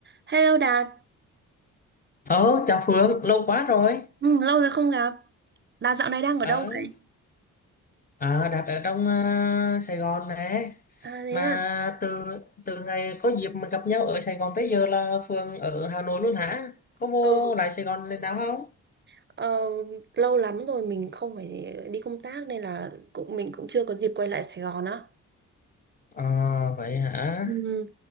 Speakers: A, on the right (about 30°); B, on the left (about 25°).
A: Hello Đạt,
B: Ờ, chào Phương, lâu quá rồi.
A: ừ, lâu rồi không gặp. Đạt dạo này đang ở
B: Ờ,
A: đâu vậy?
B: à, đặt ở trong ờ, Sài Gòn nè.
A: À thế
B: Mà
A: à,
B: từ từ ngày có dịp mà gặp nhau ở Sài Gòn tới giờ là Phương ở Hà Nội luôn hả? Có vô
A: ừ,
B: lại Sài Gòn lên nào không?
A: ờ, lâu lắm rồi mình không phải đi công tác nên là cũng mình cũng chưa có dịp quay lại Sài Gòn á.
B: À, vậy hả?
A: Ừ.